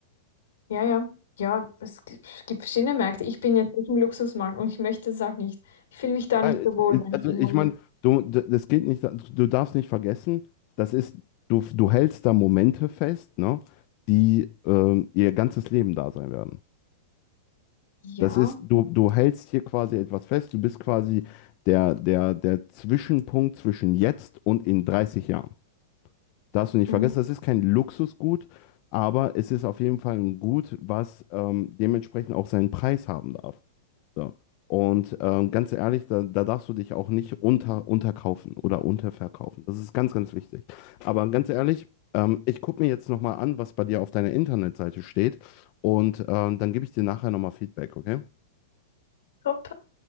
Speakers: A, on the left; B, on the left.
A: Ja, ja. Ja, es g- gibt verschiedene Märkte. Ich bin jetzt nicht im Luxusmarkt und ich möchte es auch nicht. Ich fühle mich da
B: Nein,
A: nicht so wohl,
B: es, es-
A: wenn
B: also
A: ich irgendwo
B: ich
A: im
B: meine,
A: Luxus.
B: du, d- das geht nicht, du darfst nicht vergessen, das ist, du, du hältst da Momente fest, ne, die ähm, ihr ganzes Leben da sein werden.
A: Ja.
B: Das ist, du, du hältst hier quasi etwas fest, du bist quasi der, der, der Zwischenpunkt zwischen jetzt und in 30 Jahren. Darfst du nicht
A: Mhm.
B: vergessen, das ist kein Luxusgut, aber es ist auf jeden Fall ein Gut, was ähm, dementsprechend auch seinen Preis haben darf. So. Und ähm, ganz ehrlich, da, da darfst du dich auch nicht unter, unterkaufen oder unterverkaufen. Das ist ganz, ganz wichtig. Aber ganz ehrlich, ähm, ich gucke mir jetzt nochmal an, was bei dir auf deiner Internetseite steht. Und ähm, dann gebe ich dir nachher nochmal Feedback, okay?
A: Top.